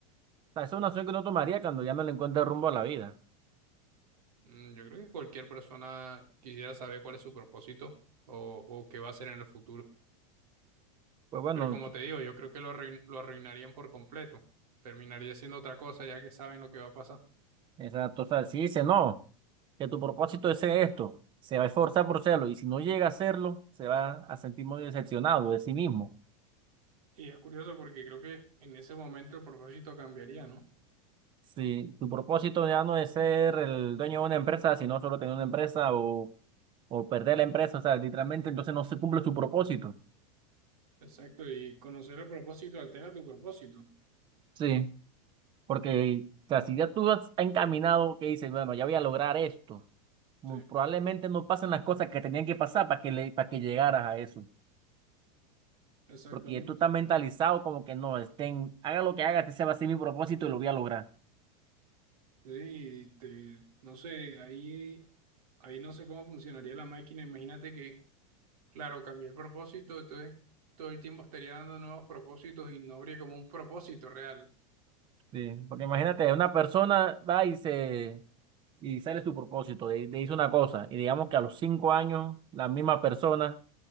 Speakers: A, on the right; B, on the right.
A: O sea, esa es una opción que uno tomaría cuando ya no le encuentre rumbo a la vida.
B: Mm, Yo creo que cualquier persona quisiera saber cuál es su propósito o, o qué va a hacer en el futuro.
A: Pues bueno,
B: Pero como
A: t-
B: te digo, yo creo que lo, arruin- lo arruinarían por completo. Terminaría siendo otra cosa ya que saben lo que va a pasar.
A: exacto. O sea, si dice no, que tu propósito es ser esto, se va a esforzar por serlo y si no llega a hacerlo, se va a sentir muy decepcionado de sí mismo.
B: Y es curioso porque creo que en ese momento el propósito cambiaría, ¿no?
A: Si tu propósito ya no es ser el dueño de una empresa, sino solo tener una empresa o, o perder la empresa, o sea, literalmente entonces no se cumple su propósito.
B: Exacto, y conocer el propósito altera tu propósito.
A: Sí. Porque, o sea, si ya tú has encaminado, que dices, bueno, ya voy a lograr esto, mo-
B: Sí,
A: probablemente no pasen las cosas que tenían que pasar para que, le, para que llegaras a eso.
B: exactamente.
A: Porque ya tú estás mentalizado como que no, estén, haga lo que haga, este se va a ser mi propósito y lo voy a lograr.
B: Sí, y te- no sé, ahí, ahí no sé cómo funcionaría la máquina. Imagínate que Claro, cambió el propósito, entonces todo el tiempo estaría dando nuevos propósitos y no habría como un propósito real.
A: Sí, porque imagínate, una persona va y se y sale su propósito, de, de hizo una cosa, y digamos que a los cinco años la misma persona